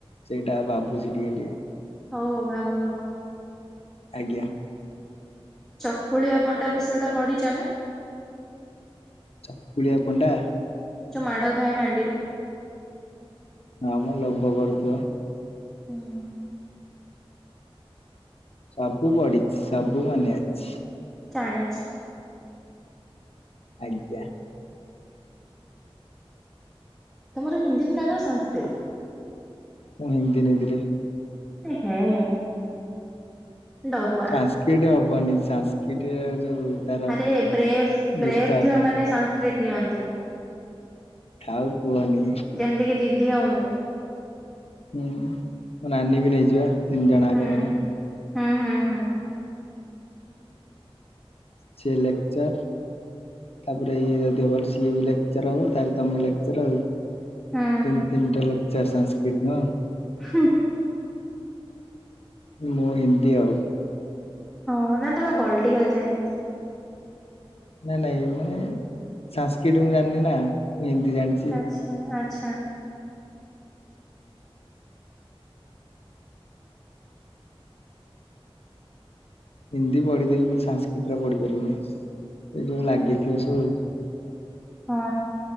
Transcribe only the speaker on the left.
ସେଇଟା ଭାବୁଚି ଟିକେ ଟିକେ।
ଆଜ୍ଞା।
ଚକୁଳିଆ ପଣ୍ଡା?
ହଁ ମୁଁ ଲୋଭ କରୁଥୁବ।
ସବୁ ପଢି଼ଚି ସବୁ ମନେ ଅଛି।
ଆଜ୍ଞା।
ମୁଁ ହିନ୍ଦୀ ନେଇଥିଲି।
ସାଂସ୍କିଟ୍ ହବନି ସାଂସ୍କିଟ୍ ଏ ଯୋଉ ତାର
ଗୀତ
ଥାଉ କୁହନି।
ହୁଁ ମୋ ନାନୀ ବି ନେଇଚି ବା ତିନି ଜଣ
ଆଙ୍କ ତମେ
ସିଏ ଲେକ୍ଚର୍। ତାପରେ ଇଏ ଯଦି ହବ ସିଏ ବି ଲେକ୍ଚର ହବ ତାପରେ ତମେ ଲେକ୍ଚର ଆଉ।
ତିନ ତିନଟା ଲେକ୍ଚର ସାନ୍ସକ୍ରୀଟ୍ ନା।
ମୋ ହିନ୍ଦୀ ଆଉ।
ନାଇ ନାଇଁ ମାନେ ସଂସ୍କୃତ ମୁଁ ଜାଣିନି ନା ମୁଁ ହିନ୍ଦୀ ଜାଣିଛି।
ହିନ୍ଦୀ ପଢିଦେବି କିନ୍ତୁ ସଂସ୍କୃତ ରେ ପଢି ପାରିବିନି ଏ ଯୋଉ ଲାଗିଥିବ ସବୁ